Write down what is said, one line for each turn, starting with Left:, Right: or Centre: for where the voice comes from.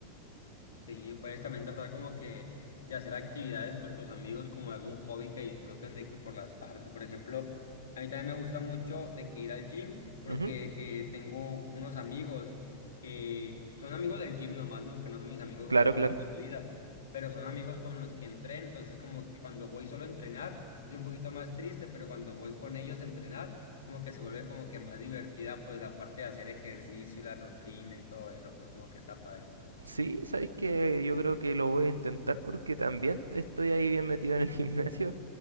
Left: Sí, puedes también tratar como que de hacer actividades con tus amigos, como algún hobby que disfruten de que por las tardes, por ejemplo, a mí también me gusta mucho de que ir al gym, porque
Right: Ujú,
Left: que tengo unos amigos que son amigos del gym nomás, ¿no? Que no son mis amigos
Right: Claro,
Left: como que
Right: claro.
Left: toda la vida, pero son amigos con los que entreno, entonces como que cuando voy solo a entrenar, sí es un poquito más triste, pero cuando voy con ellos a entrenar, como que se vuelve como que más divertida, pues aparte de hacer ejercicio, y la rutina y todo eso, pues como que está padre.
Right: Sí, sabéis que yo creo que lo voy a intentar porque también estoy ahí bien metido en el <laughs> gimnasio